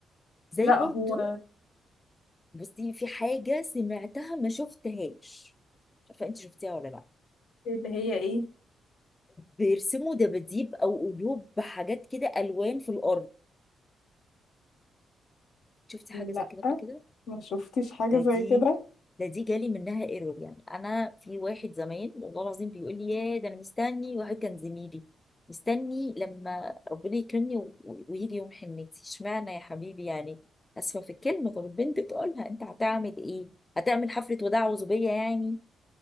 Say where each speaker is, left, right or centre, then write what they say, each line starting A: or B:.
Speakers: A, on the left; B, on the left.
A: زي
B: لا
A: برضو
B: هو
A: بصي في حاجه سمعتها ما شفتهاش فانت شفتيها ولا لا
B: اللي هي ايه
A: بيرسموا دباديب او قلوب بحاجات كده الوان في الارض شفتي حاجه زي
B: لا
A: كده قبل كده
B: ما شفتش حاجة
A: فدي
B: زي كده
A: فدي جالي منها ايرور يعني انا في واحد زمان والله العظيم بيقول لي يا ده انا مستني واحد كان زميلي مستني لما ربنا يكرمني و- و- ويجي يوم حنتي اشمعنى يا حبيبي يعني اسفه في الكلمه طب البنت تقولها انت هتعمل ايه هتعمل حفله وداع وزوبيه يعني